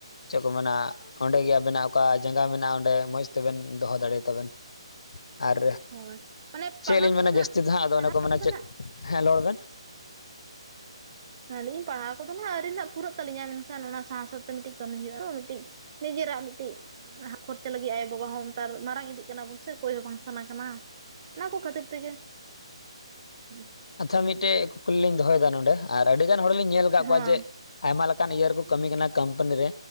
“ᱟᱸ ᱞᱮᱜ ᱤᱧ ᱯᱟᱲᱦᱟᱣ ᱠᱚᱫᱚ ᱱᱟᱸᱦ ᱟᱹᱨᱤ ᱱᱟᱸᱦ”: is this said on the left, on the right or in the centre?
Right